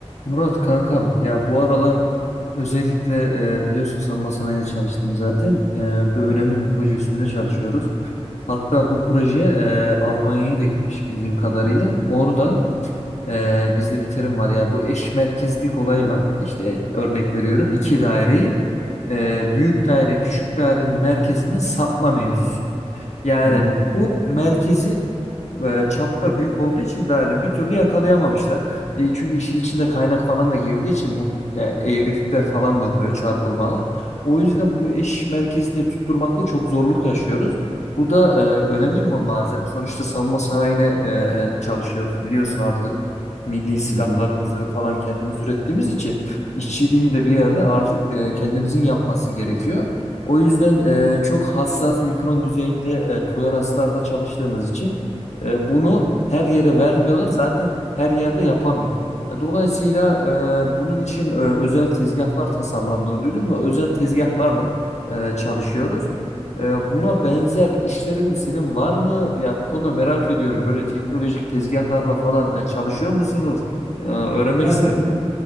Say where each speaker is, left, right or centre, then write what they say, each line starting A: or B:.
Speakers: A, on the left; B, on the left.
A: Murat kankam ya bu aralar özellikle e, biliyorsun savunma sanayine çalıştım zaten. E, bir önemli bir proje üstünde çalışıyoruz. Hatta bu proje e, Almanya'ya da gitmiş bildiğim kadarıyla. Orada e, bizde bir terim var yani bu eş merkezlik olayı var. İşte örnek veriyorum iki daireyi e, büyük daire küçük dairenin merkezinden sapma mevzusu. Yani
B: Hı hı.
A: bu merkezi e, çapta büyük olduğu için de hani bir türlü yakalayamamışlar. E, çünkü işin içinde kaynak falan da girdiği için mu yani eğrilikler falan da oluyor, çarpılmalar. O yüzden bu eş merkezli tutturmakta çok zorluk yaşıyoruz. Bu da e, önemli bir ma- malzeme. Sonuçta savunma sanayine e, e, çalışıyoruz biliyorsun artık. Milli silahlarımızı
B: Hı hı.
A: falan kendimiz ürettiğimiz için işçiliğini de bir yerde artık e, kendimizin yapması gerekiyor. O yüzden e, çok hassas mikron düzeyinde e, toleranslarda çalıştığımız için e, bunu her yere vermiyorlar. Zaten her yerde yapamıyor. E, Dolayısıyla e, bunun için e, özel tezgahlar tasarlandığını duydum ve özel tezgahlarla e, çalışıyoruz. E, buna benzer işlerin de senin var mı? Ya bu konuda merak ediyorum. Böyle teknolojik tezgahlarla falan e, çalışıyor musunuz? E, öğrenmek
B: Yani
A: isterim.